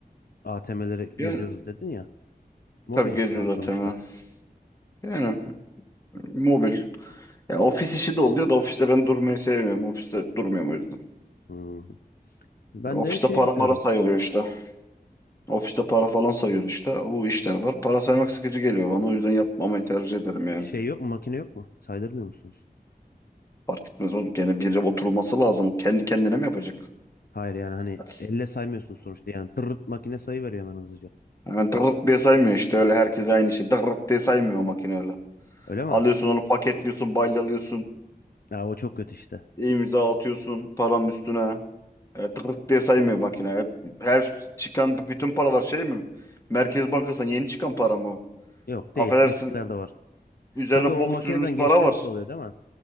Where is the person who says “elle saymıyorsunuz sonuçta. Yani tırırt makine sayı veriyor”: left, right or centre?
Left